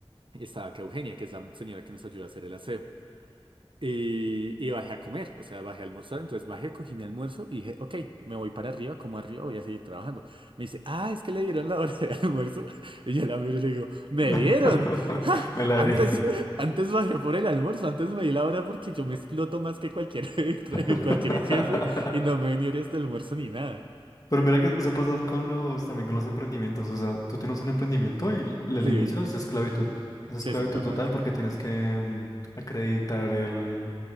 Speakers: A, on the right; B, on the left.
A: estaba acá Eugenia, que es la señora que nos ayuda a hacer el aseo. Y, y bajé a comer, o sea, bajé a almorzar, entonces bajé, cogí mi almuerzo y dije, ok, me voy para arriba, como arriba voy a seguir trabajando. Me dice, ah, es que le dieron la hora de <laughs> almuerzo. Y yo la miro y le digo, ¿me
B: <laughs>
A: dieron? ¡Ja!
B: Me la
A: Antes,
B: di.
A: <laughs> antes bajé por el almuerzo, antes me di la hora porque yo me exploto más que cualquier, <laughs>
B: <laughs>
A: cualquier jefe y no me venía de almuerzo ni nada.
B: Pero mira que eso pasa con los, también con los emprendimientos. O sea, tú tienes un emprendimiento y l-
A: Sí,
B: el inicio es esclavitud. Es
A: sí,
B: esclavitud
A: eso es verdad.
B: total porque tienes que mm, acreditar el,